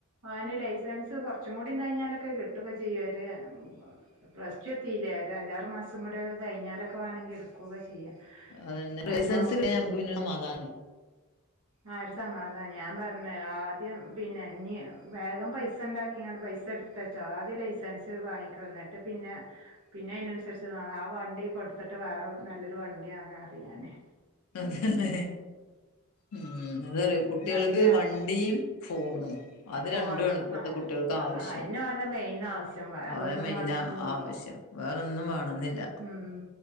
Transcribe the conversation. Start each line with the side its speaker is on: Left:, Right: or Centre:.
Right: ഓന് ലൈസൻസ് കൊറച്ചും കൂടി കഴിഞ്ഞാലൊക്കെ കിട്ടുക്ക ചെയ്യവര് പ്ലസ് ടു എത്തില്ലേ ഒരു അഞ്ചാറ് മാസം കുടക്ക കഴിഞ്ഞാലക്ക വാണെങ്കി എടുക്കൂക്കെ ചെയ്യാം
Left: അതന്നെ ലൈസൻസ്
Right: അപ്പൊ
Left: കിട്ടിയ നമുക്ക് പിന്ന സമാതാനൊണ്ട്
Right: ആ ഒരു സമാതാനാ ഞാൻ പറഞ്ഞ് ആദ്യം പിന്നെ ഇനി വേഗം പൈസിണ്ടാക്കിങ്ങാണ്ട് പൈസ എടുത്ത് ത്ത ച്ചാദ്യ ലൈസൻസ് വാങ്ങിക്കണം എന്നിട്ട് പിന്ന പിന്നെ അയിനനുസരിച്ച് ആ വണ്ടി കൊടുത്തിട്ട് വേറെ നല്ലൊരു വണ്ടി വാങ്ങന്നറിയും ഞാന്
Left: അതന്നെ ഉം അത്പറയും കുട്ടിയൾക്ക്
Right: എന്നാ പിന്നെ
Left: വണ്ടിയും ഫോണും അത്
Right: ഫോണും
Left: രണ്ടു ആണ് ഇപ്പഴ്ത്തെ
Right: ആ
Left: കുട്ടിയൾക്ക്
Right: ആ
Left: ആവിശ്യം
Right: അയന്നെ ഓലെ മെയിൻ ആവശ്യം വേറൊന്നും
Left: ഓലെ മെയിനാ
Right: വേണന്നൊന്നുല്ല
Left: ആവിശ്യം വേറൊന്നും വേണംന്നില്ല
Right: ഉം